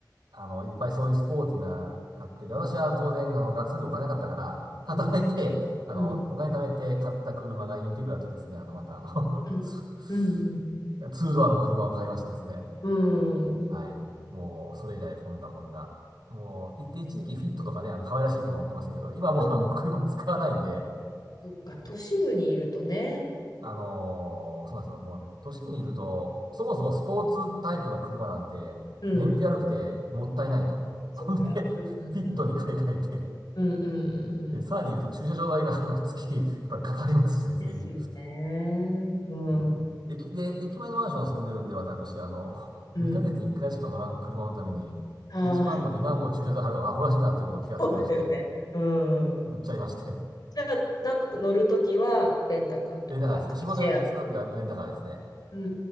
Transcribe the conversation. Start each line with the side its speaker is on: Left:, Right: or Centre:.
Right: あの、いっぱいそういうスポーティーな買ってで、私は当然、あの、学生の時お金なかったから、働いて、
Left: うん
Right: あの、
Left: うん
Right: お金貯めて買った車がインテグラというですね、あの、またあの <laughs>
Left: うんうんうん
Right: ツードアの車を買いましてですね。
Left: うん。うん
Right: はい。もう、それ以来、ホンダ、ホンダ。もう、一一時期フィットとかね、あの、可愛らしい車乗ってましたけど、今もうあの、
Left: <laughs>
Right: 車使わないんで、
Left: そっか、都市部にいるとね。
Right: あのーそうなんですよ。もうね、都市部にいると、そもそもスポーツタイプの車なんて、
Left: うん。
Right: 燃費悪くてもったいないと。<laughs>
Left: そっか。
Right: ほんで、
Left: うん
Right: フィットに買い替えて、
Left: うんうんうんうんうん。
Right: で、さらに言うと駐車場代が、あの、月、やっぱりかかりましてですね。
Left: ですよね。うん。
Right: もう、駅、で、駅前のマンション住んでるんで、私、あの、
Left: うん。
Right: 2ヶ月に1回しか乗らん車のために、
Left: ああ、
Right: 1万も2万も駐車場払う、アホらしいなということを気がつきまして、
Left: そうだよね。うん。
Right: 売っちゃいまして。
Left: じゃあ、なんか乗るときは、レンタカーとか、
Right: レンタカーです。もう仕事で使うときはレンタカーですね。
Left: カーシェア。う